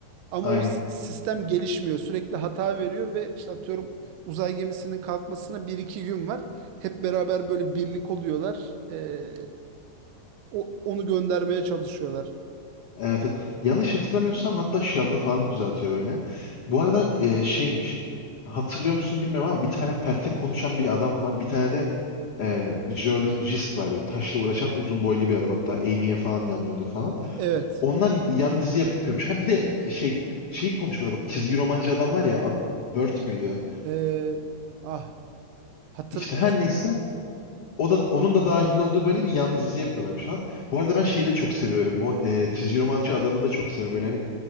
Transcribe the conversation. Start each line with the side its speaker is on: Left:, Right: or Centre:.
Right: Ama
Left: Aynen.
Right: o s- sistem gelişmiyor. Sürekli hata veriyor ve işte atıyorum uzay gemisinin kalkmasına bir iki gün var. Hep beraber böyle birlik oluyorlar. E, o, onu göndermeye çalışıyorlar.
Left: Evet, evet. Yanlış hatırlamıyorsam hatta Sheldon falan düzeltiyor böyle. Bu arada e, şeymiş. Hatırlıyor musun bilmiyorum ama bir tane peltek konuşan bir adam var. Bir tane de e, jeolojist var böyle. Taşla uğraşan uzun boylu bir adam. Hatta Amy'ye falan yanıyordu falan.
Right: Evet.
Left: Onlar yan dizi yapıyormuş. Ha bir de şey şeyi konuşmada bak. Çizgi romancı adam var ya. Ad- Bert müydü?
Right: E, ah hatır
Left: İşte
Right: e,
Left: her neyse O da onun da dahil olduğu böyle bir yan dizi yapıyorlar şu an. Bu arada ben şeyi de çok seviyorum. O e, çizgi romancı adamı da çok seviyorum. Böyle hani